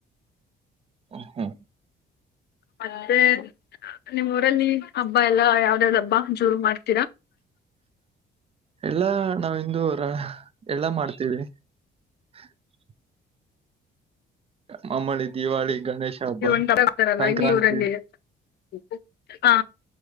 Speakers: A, on the right (about 30°); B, on the left (about 55°).
A: ಹೂ ಹೂ
B: ಮತ್ತೆ ನಿಮ್ಮ್ ಊರಲ್ಲಿ ಹಬ್ಬ ಎಲ್ಲಾ ಯಾವ್ದ್ ಯಾವ್ದ್ ಹಬ್ಬ ಜೂರು ಮಾಡ್ತ.
A: ಎಲ್ಲ ನಾವಿಂದುರ. ಎಲ್ಲ ಮಾಡ್ತೀವಿ <unintelligible> ಮಮ್ಮಳಿ ದಿವಾಳಿ. ಗಣೇಶ ಹಬ್ಬ
B: ಂಟತಾರಲ್ಲ
A: ಸಂಕ್ರಾಂತಿ
B: ಇಲ್ಲಿವರ <unintelligible> ಹಾ